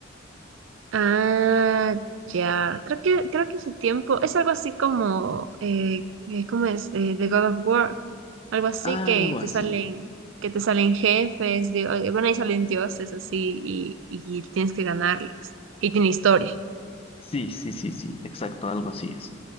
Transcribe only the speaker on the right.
Ah, ya. Creo que, creo que ese tiempo es algo así como, eh, eh, ¿cómo es? Eh, The God of War. Algo así
que
te salen, que te salen jefes, dio- eh, bueno, ahí salen dioses así y, y tienes que ganarles. Y tiene historia.